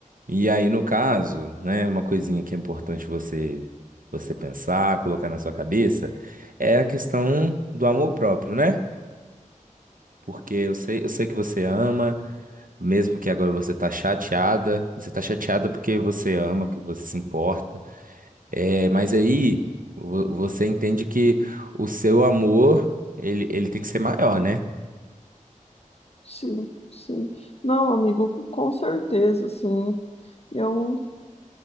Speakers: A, on the right; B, on the left.
A: E aí, no caso, né, uma coisinha que é importante você você pensar, colocar na sua cabeça, é a questão do amor próprio, né? Porque eu sei, eu sei que você ama, mesmo que agora você tá chateada, e você tá chateada porque você ama, que você se importa. É, mas aí vo- você entende que o seu amor, ele, ele tem que ser maior, né?
B: Sim, sim. Não, amigo, com certeza, sim. Eu,